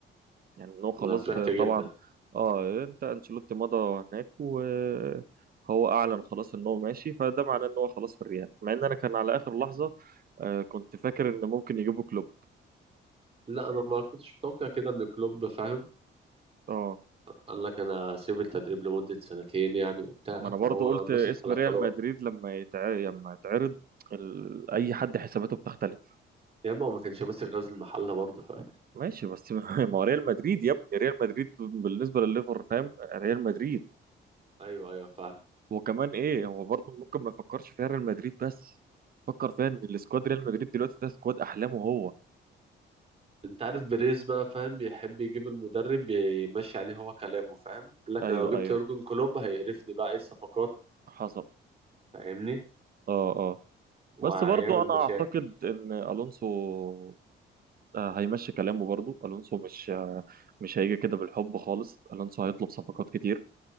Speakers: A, on the right; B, on the right.
A: يعني إن هو خلاص
B: انا فرحت
A: ب- طبعا
B: جدا
A: أه أنت أنشيلوتي مضى هناك وهو أعلن خلاص إن هو ماشي فده معناه إن هو خلاص في الريال مع إن أنا كان على آخر لحظة آه، كنت فاكر إن ممكن يجيبوا كلوب
B: لا انا ما كنتش متوقع كده ان كلوب فاهم
A: أه
B: قال لك انا سيب التدريب لمدة سنتين يعني وبتاع
A: ما أنا
B: فهو
A: برضه قلت
B: ماسك
A: اسم
B: على
A: ريال
B: قراره
A: مدريد لما يتع... لما يتعرض ال... أي حد حساباته بتختلف
B: يا اما هو ما كانش ماسك غزل المحلة برضه فاهم
A: ماشي بس <laughs> ما هو ريال مدريد يا ابني ريال مدريد بالنسبه لليفر فاهم ريال مدريد
B: ايوه ايوه فاهم
A: وكمان ايه هو برضه ممكن ما يفكرش فيها ريال مدريد بس فكر فيها ان السكواد ريال مدريد دلوقتي ده سكواد احلامه هو
B: انت عارف بريز بقى فاهم يحب يجيب المدرب يمشي عليه هو كلامه فاهم قال لك
A: ايوه
B: انا لو جبت
A: ايوه
B: يورجن كلوب هيقرفني بقى ايه الصفقات
A: حصل
B: فاهمني
A: اه اه
B: وهيعمل
A: بس برضه انا
B: مشاكل
A: اعتقد ان الونسو آه، هيمشي كلامه برضه الونسو مش آه، مش هيجي كده بالحب خالص الونسو هيطلب صفقات كتير